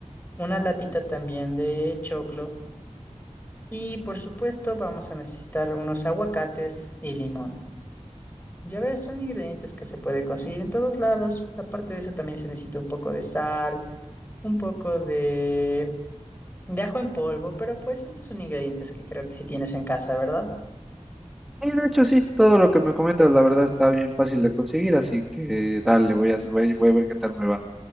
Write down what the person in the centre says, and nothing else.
Sí, de hecho sí, todo lo que me comentas, la verdad, está bien fácil de conseguir, así que dale, voy a, voy voy a ver qué tal me va.